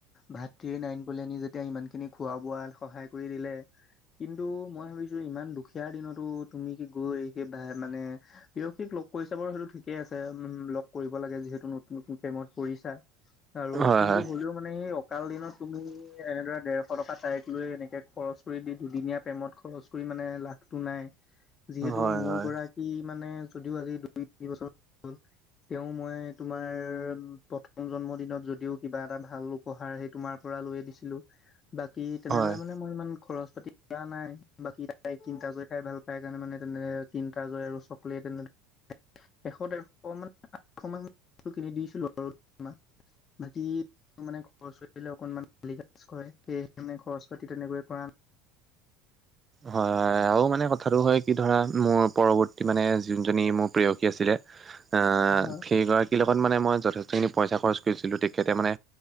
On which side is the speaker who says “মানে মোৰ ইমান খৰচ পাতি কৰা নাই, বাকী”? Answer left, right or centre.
Left